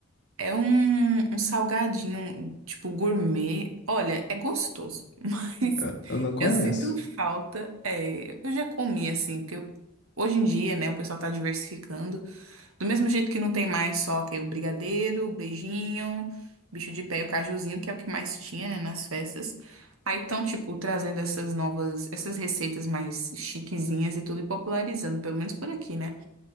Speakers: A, on the right; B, on the left.
A: É um, um salgadinho, tipo, gourmet. Olha, é gostoso, <laughs> mas
B: Eu eu não conheço.
A: eu sinto falta. É, eu já comi assim, porque eu- hoje em dia, né, o pessoal tá diversificando. Do mesmo jeito que não tem mais só que o brigadeiro, o beijinho, bicho de pé e o cajuzinho, que é o que mais tinha, né, nas festas. Aí estão, tipo, trazendo essas novas, essas receitas mais chiquezinhas e tudo e popularizando, pelo menos por aqui, né?